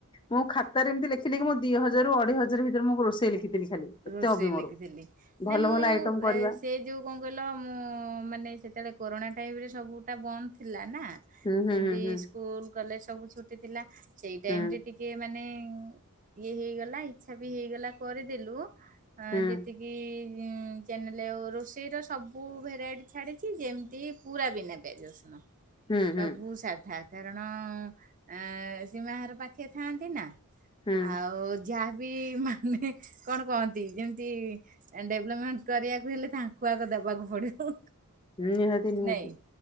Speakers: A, on the left (about 20°); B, on the right (about 35°).
A: ମୁଁ ଖାତାରେ ଏମିତି ଦେଖୁଥିଲି କି ମୁଁ ଦି ହଜାରରୁ ଅଢେଇ ହଜାର ଭିତରେ ମୁଁ ରୋଷେଇ ଲେଖିଥିଲି ଖାଲି। ଏତେ
B: ରୋଷେଇ
A: ହବି ମୋର।
B: ଲେଖିଥିଲି
A: ଭଲ
B: ନା ମୁଁ
A: ଭଲ ଆଇଟମ କରିବା
B: ଏ ସେ ଯୋଉ କଣ କହିଲ ମୁଁ ମାନେ ସେତେବେଳେ କରୋନା ଟାଇମ ରେ ସବୁଟା ବନ୍ଦ ଥିଲା ନା।
A: ହୁଁ ହୁଁ
B: ଯେମିତି
A: ହୁଁ
B: ସ୍କୁଲ କଲେଜ ସବୁ ଛୁଟି ଥିଲା। ସେଇ ଟାଇମ
A: ହୁଁ
B: ରେ ଟିକେ କିଏ ମାନେ, ଇଏ ହେଇଗଲା ଇଚ୍ଛା ବି ହେଇଗଲା କରିଦେଲୁ। ଆ
A: ହୁଁ
B: ଯେତିକି ଚେନେଲ୍ ରେ ରୋଷେଇ ର ସବୁ ଭେରାଇଟି ଛାଡ଼ିଛି। ଯେମିତି ପୁରା ବିନା ପିଆଜ ରସୁଣ।
A: ହୁଁ
B: ସବୁ
A: ହୁଁ ହୁଁ।
B: ସାଧା। କାରଣ ଏ ସୀମାହାର ପାଖେ ଥାଆନ୍ତି ନା
A: ହୁଁ
B: ଆଉ ଯାହାବି ମାନେ କଣ କହନ୍ତି। ଯେମିତି ଡେଭଲପମେଣ୍ଟ କରିବାକୁ ହେଲେ ତାଙ୍କୁ ଆଗ ଦବାକୁ ପଡ଼ିବ।
A: ନିହାତି ନିହାତି
B: ନାଇଁ